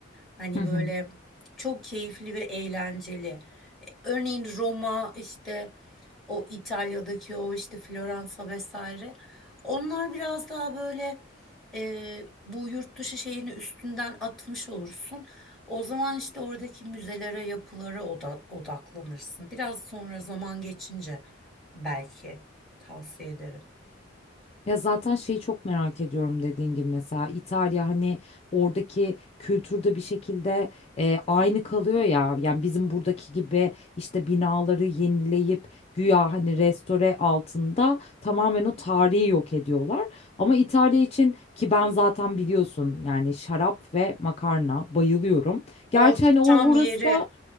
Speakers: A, in the centre; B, on the left (about 30°).
A: Hani
B: Hı hı.
A: böyle çok keyifli ve eğlenceli. E, Örneğin Roma işte o İtalya'daki o işte Floransa vesaire. Onlar biraz daha böyle e, bu yurt dışı şeyini üstünden atmış olursun. O zaman işte oradaki müzelere, yapılara oda- odaklanırsın. Biraz sonra zaman geçince belki tavsiye ederim.
B: Ya zaten şeyi çok merak ediyorum dediğin gibi mesela İtalya hani oradaki kültürde bir şekilde e, aynı kalıyor ya. Yani bizim buradaki gibi işte binaları yenileyip güya hani restore altında tamamen o tarihi yok ediyorlar. Ama İtalya için ki ben zaten biliyorsun yani şarap ve makarna bayılıyorum. Gerçi
A: O
B: hani or-
A: tam
B: orası
A: yeri.
B: da